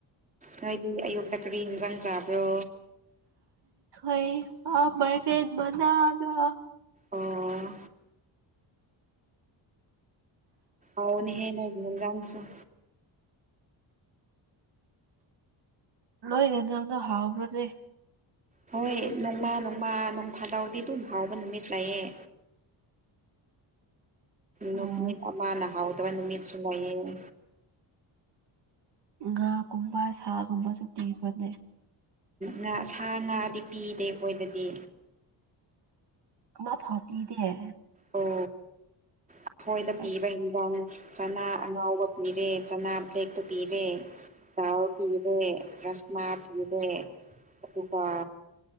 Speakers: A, on the right; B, on the right.
A: ꯅꯣꯏꯗꯤ ꯑꯌꯨꯛꯇ ꯀꯔꯤ ꯏꯟꯖꯥꯡ ꯆꯥꯕ꯭ꯔꯣ
B: ꯣꯏ ꯑ ꯃꯥꯏ ꯐ ꯃꯖꯥꯒ
A: ꯑꯣ ꯑꯥꯎꯅꯤ ꯍꯦꯅ ꯍꯥꯏ ꯅꯗꯥꯥꯡꯁ
B: ꯂꯣꯏꯒꯅꯤꯖꯅꯣ ꯍꯥꯎꯕ꯭ꯔꯗꯦ
A: ꯍꯣꯏ ꯅꯣꯡꯃꯥ ꯅꯣꯡꯃꯥ ꯅꯣꯡꯐꯥꯂꯥꯎꯗꯤ ꯑꯗꯨꯝ ꯍꯥꯎꯕ ꯅꯨꯃꯤꯠ ꯂꯥꯛꯑꯦ ꯂ
B: ꯑꯣ
A: ꯃꯤꯄꯥꯅꯍꯥꯎꯗꯕ ꯅꯨꯃꯤꯠꯁꯨ ꯂꯩꯌꯦ
B: ꯉꯥꯒꯨꯝꯕ ꯁꯥꯒꯨꯝꯕꯁꯨ ꯄꯤꯕꯅꯦ
A: ꯉꯥ ꯁꯥ ꯉꯥꯗꯤ ꯄꯤꯗꯦ ꯑꯩꯣꯏꯗꯗꯤ
B: ꯃ ꯐꯥꯎꯇꯤꯗꯤ ꯍꯥꯏ
A: ꯑꯣ ꯑꯩꯈꯣꯏꯗ ꯄꯤꯕ
B: ꯑꯩꯁ
A: ꯏꯟꯖꯥꯡ ꯆꯅꯥ ꯑꯉꯥꯎꯕ ꯃꯤꯔꯦ ꯆ ꯄꯤꯔꯦ ꯇꯎ ꯄꯤꯔꯦ ꯔꯁꯃꯥ ꯄꯤꯔꯦ ꯑꯗꯨꯒꯄꯥ